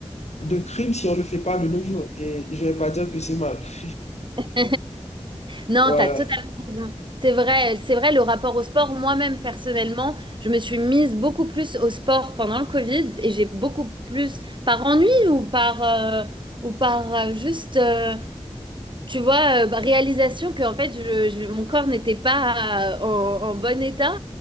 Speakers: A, on the left (about 80°); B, on the right (about 45°).
A: de crime si on ne le fait pas de nos jours. Et je ne vais pas dire que c'est mal. <laughs>
B: <laughs> Non,
A: Voilà,
B: t'as totalement raison. C'est vrai, c'est vrai, le rapport au sport, moi-même personnellement, je me suis mise beaucoup plus au sport pendant le Covid et j'ai beaucoup plus, par ennui ou par, euh, ou par euh, juste, euh, tu vois, euh, bah, réalisation que en fait, je, je- mon corps n'était pas euh, en, en bon état.